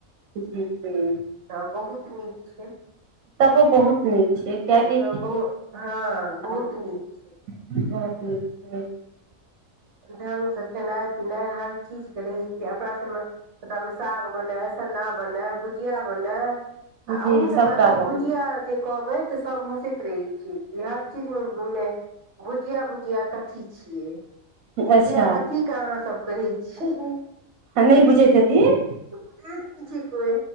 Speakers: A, on the right; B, on the right.
A: दी दी
B: तऽ बहुत नीक छै
A: तबो बहुत नीक कियेकि
B: तऽ बहु हँ बहुत
A: ह
B: नीक
A: <unintelligible>
B: छै
A: ठीक छै
B: ढंग से खेनाइ पिनाइ हर चीज के रहै छियै अपना सभमे सबका में साग बना सन्ना बनै भुजिया बनै आ
A: जी
B: अहू सभमे
A: सभटा
B: एखन
A: बनै
B: भुझिया
A: छै
B: जे कहबै तऽ सभ हँसैत रहैत छै जे हर चीजमें भुजिया भुजिया कथी छियै भुजिया
A: अच्छा
B: कथीके अहाँसभ कहै छियै
A: आ नैय बुझैत हेथिन
B: बुझैत नहि छै कोइ